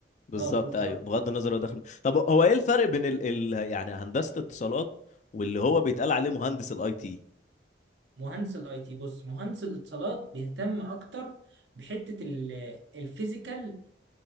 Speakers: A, on the left; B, on the right.
A: بالظبط
B: اه بالظبط
A: ايوه بغض النظر هو داخل طب هو ايه الفرق بين ال... ال... يعني هندسه اتصالات واللي هو بيتقال عليه مهندس الاي تي
B: مهندس الاي تي بص مهندس الاتصالات بيهتم اكتر بحته الفيزيكال